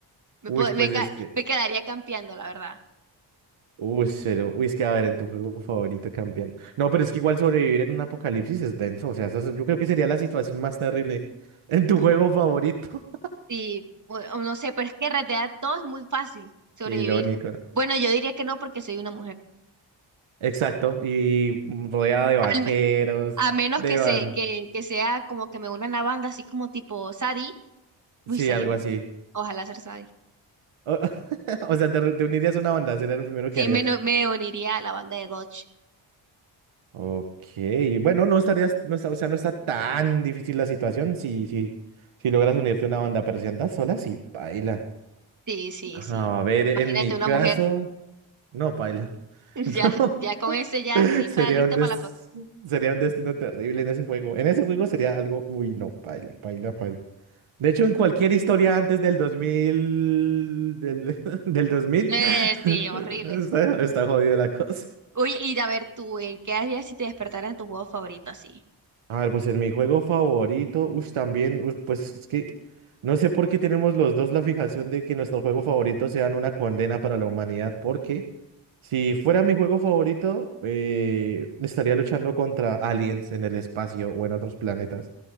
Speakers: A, on the right; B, on the right.
A: Me,
B: Uy,
A: pod-
B: pues
A: me, ca-
B: es que...
A: me quedaría campeando, la verdad.
B: Uy, cero. Uy, es que a ver, en tu juego favorito campeón. No, pero es que igual sobrevivir en un apocalipsis es denso. O sea, eso es- yo creo que sería la situación más terrible <laughs> en tu juego favorito.
A: Sí, o, o no sé, pero es que en realidad todo es muy fácil sobrevivir.
B: <laughs> Irónico.
A: Sí. Bueno, yo diría que no porque soy una mujer.
B: Exacto. Y rodeada de vaqueros,
A: Al me- a menos
B: de
A: que,
B: van.
A: se, que, que sea como que me una a la banda así como tipo Sadie
B: Sí,
A: Uy, Sadie.
B: algo así.
A: Ojalá ser Sadie.
B: O, <laughs> o sea, te, re- te unirías a una banda, sería lo primero
A: Sí,
B: que harías.
A: me, no- me uniría a la banda de Dodge.
B: Ok, bueno, no estarías, no está, o sea, no está tan difícil la situación si, si, si logras unirte a una banda, pero si andas sola, sí, baila.
A: Sí, sí,
B: A
A: sí.
B: ver, en
A: Imagínate
B: mi caso.
A: una mujer.
B: No, paila.
A: <laughs> Ya,
B: <laughs> No,
A: ya con ese ya tipa
B: sería
A: lista
B: un des...
A: para la foto.
B: sería un destino terrible en ese juego. En ese juego sería algo, uy, no, paila, paila, paila. De hecho, en cualquier historia antes del 2000, del, <laughs> del dos mil,
A: Eh,
B: <laughs>
A: sí, horrible.
B: está, está jodida la cosa.
A: Oye, y a ver tú, ¿en qué harías si te despertaran tu juego favorito así?
B: A ver, pues en mi juego favorito, uy, también, uy, pues es que no sé por qué tenemos los dos la fijación de que nuestros juegos favoritos sean una condena para la humanidad, porque si fuera mi juego favorito, eh, estaría luchando contra aliens en el espacio o en otros planetas,